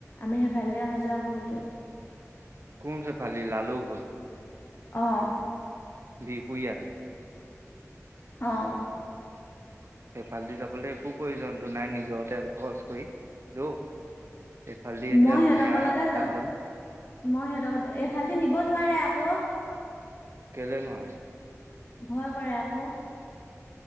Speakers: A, on the left; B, on the right.
A: আমি হেফালদি অহা যোৱা কৰোহোঁ।
B: কোন সেফালদি লালুক হৈ?
A: অ',
B: বিহপুৰী আদি
A: অ',
B: সেফালদি যাবলৈ একো প্ৰয়োজনতো নাই নিজৰ তেল খৰচ কৰি দৌ এইফালদি এতিয়া
A: মই
B: ধুনীয়া
A: সিহঁতৰ ঘৰ লৈকে
B: ৰাস্তা
A: যাম,
B: হ'ল
A: মই সিহঁতক এইফালদি নিব নোৱাৰে আকৌ।
B: কেলে নোৱাৰে?
A: ভয় কৰে আকৌ।